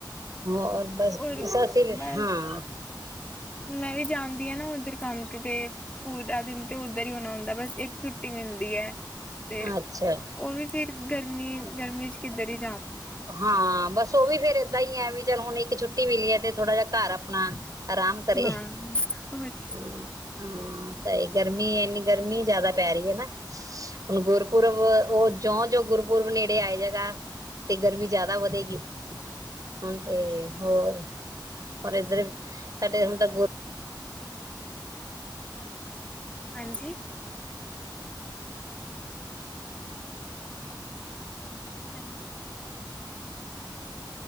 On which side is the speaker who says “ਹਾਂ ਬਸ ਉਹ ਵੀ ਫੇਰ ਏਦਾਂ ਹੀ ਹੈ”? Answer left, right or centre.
Right